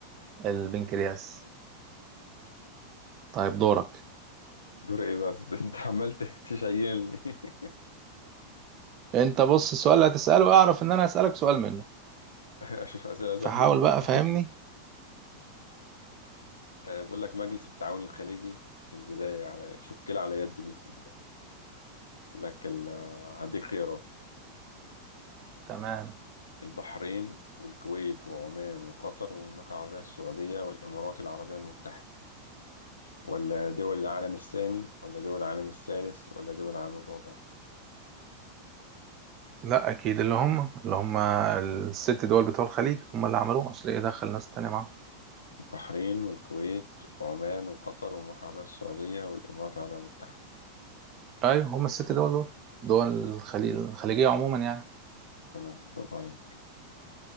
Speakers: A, on the right; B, on the left.
A: البنكرياس طيب دورك
B: دور إيه بس <laughs> أنت عمال تشيلني <laughs>
A: انت بص السؤال اللي هتسأله اعرف ان انا هسألك سؤال منه
B: أشوف أسئلة سهلة
A: فحاول بقى
B: <laughs>
A: فهمني
B: آه، بقول لك مجلس التعاون الخليجي في البداية على شكل على يد مين في البداية يقول لك ال- هديك خيارات
A: تمام
B: البحرين والكويت وعمان وقطر والمملكة العربية السعودية والإمارات العربية المتحدة ولا دول العالم الثاني ولا دول العالم الثالث ولا دول العالم الرابع
A: لا اكيد اللي هم اللي هم الست دول بتوع الخليج هم اللي عملوه اصل ايه دخل ناس تانية معاهم
B: البحرين والكويت وعمان وقطر والمملكة العربية السعودية والإمارات العربية المتحدة
A: ايوه هم الست دول دول دول الخليج الخليجية عموما يعني
B: تمام برافو عليك